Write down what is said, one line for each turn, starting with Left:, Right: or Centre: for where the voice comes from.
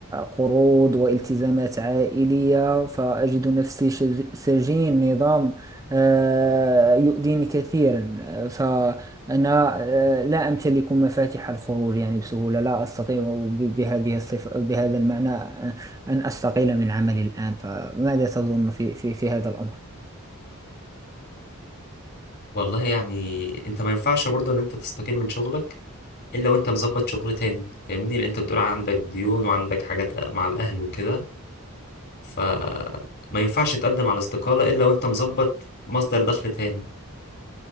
Right: قروض والتزامات عائلية فأجد نفسي شج... سجين نظام آه، يؤذيني كثيرا فأنا آه، لا أمتلك مفاتيح الخروج يعني بسهولة لا أستطيع ب... بهذه الصفة بهذا المعنى أن أستقيل من عملي الآن فماذا تظن في في في هذا الأمر؟
Left: والله يعني انت ما ينفعش برضو ان انت تستقيل من شغلك الا وانت مظبط شغل تاني فاهمني لان انت بتقول عندك ديون وعندك حاجات مع الاهل وكده فما ينفعش تقدم على استقالة الا وانت مظبط مصدر دخل تاني